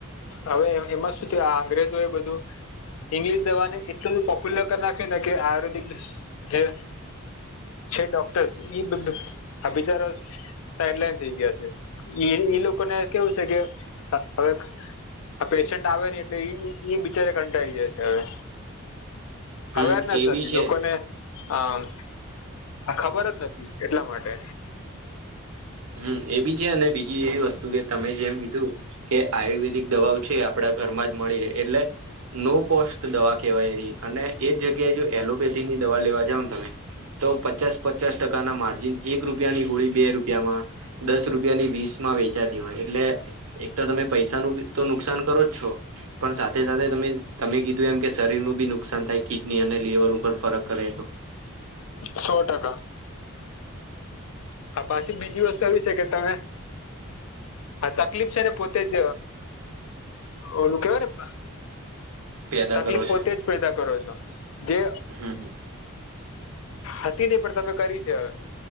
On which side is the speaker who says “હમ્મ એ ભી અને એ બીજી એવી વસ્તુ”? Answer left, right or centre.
Right